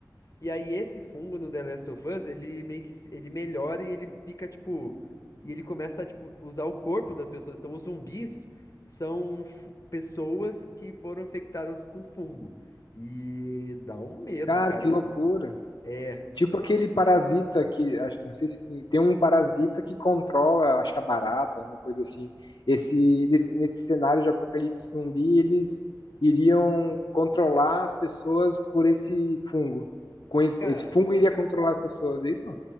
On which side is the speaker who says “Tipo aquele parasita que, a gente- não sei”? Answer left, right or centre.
Left